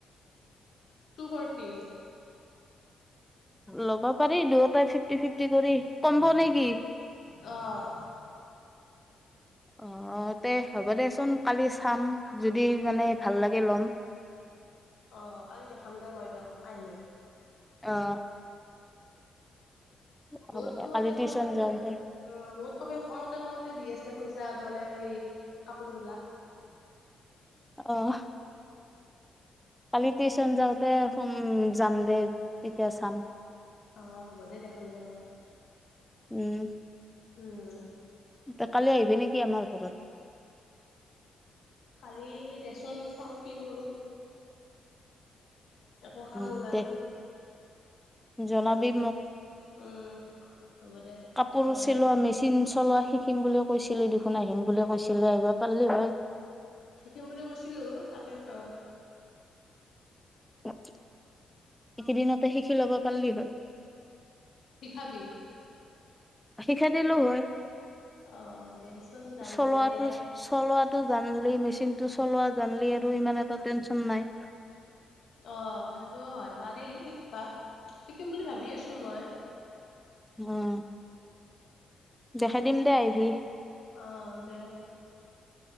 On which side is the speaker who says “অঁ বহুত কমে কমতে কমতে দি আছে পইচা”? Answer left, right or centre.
Left